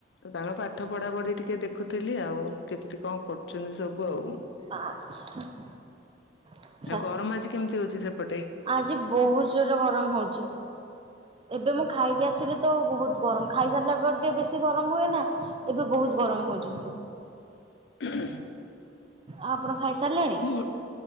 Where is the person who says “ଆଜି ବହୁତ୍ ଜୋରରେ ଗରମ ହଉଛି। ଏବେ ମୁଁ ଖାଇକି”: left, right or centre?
Right